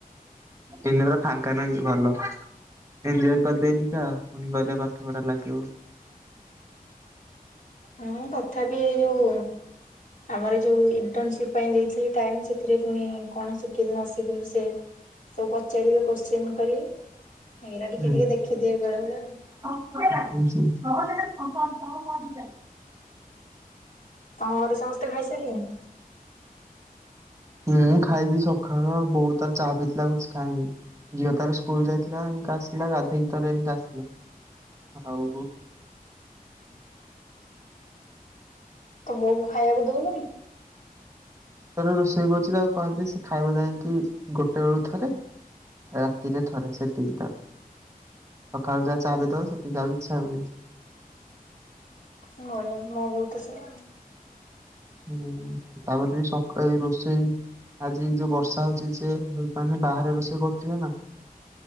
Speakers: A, on the right (about 20°); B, on the left (about 55°).
A: ଦିନରେ ଫାଙ୍କା ନହେଇଛି ଭଲ। ଏନ୍ଜୟ କରିଦେନି ତ ପୁଣି ଗହିଲେ ପାଠ ପଢା ଲାଗିବ।
B: ହଁ ତଥାପି ଏଇ ଯୋଉ ଆମର ଯୋଉ ଇଣ୍ଟସିପ ପାଇଁ ଦେଇଥିଲ ଟାଇମ ସେଥିରେ ପୁଣି କଣ ଶିଖିବି ନ ଶିଖିଲୁ ସେ ସବୁ ପଚାରିବେ କୋଶ୍ଚିନ୍ କରିଏ ଏଇରା ଟିକେ
A: ହୁଁ।
B: ଟିକେ ଦେଖିଦିଏ ବେଳେ ବେଳେ ଆଉ।
A: <inaudible>
B: ତମ ଘରେ ସମସ୍ତେ ଖାଇସାରିଲେଣି।
A: ମୁଁ ଖାଇବି ସଖାଳ ବୋଉ ତର ଚା ପିଥିଲା କିଛି ଖାଇନି। ଝିଅ ତାର ସ୍କୁଲ ଯାଇଥିଲା ଏନକା ଆସିଲା ଗାଧେଇ ତାର ଏନ ଆସିଲା ଆଉ
B: ତ ବୋଉ କୁ ଖାଇବାକୁ ଦଉନୁ?
A: ତ ରୋଷେଇ କହୁଛି ତାଉ କହିଲି ସେ ଖାଇବା ଯାଇକି ଗୋଟେ ବେଳୁ ଥରେ। ରାତିରେ ଥରେ ସେତିକିଟା। ସକାଳୁ ଯାହା ଚାହାବି ତ ସେଠିକି ଆଉ କିଛି ହେବନି।
B: <unintelligible>
A: ହୁଁ ତାପରେ ଟିକେ ସକାଳେ ବି ରୋଷେଇ। ଆଜି ଯୋଉ ବର୍ଷା ହଉଛି ସେ ହେପାରୁନି ବାହାରେ ର ସେ କରିଥିଲେ ନା